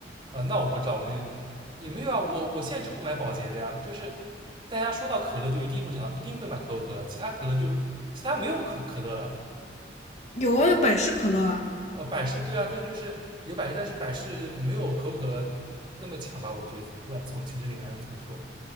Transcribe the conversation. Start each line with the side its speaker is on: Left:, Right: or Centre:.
Right: 啊、呃那我不知道，我们也没有啊，我我现在就不买保洁的呀，就是大家说到可乐就一定会想到，一定会买可口可乐，其他可乐就是其他没有可可乐了，
Left: 有啊，百事可乐啊，
Right: 哦，百事对啊，但就是有百事，但是百事没有可口可乐那么强吧？我觉得不管从竞争力还是怎么说，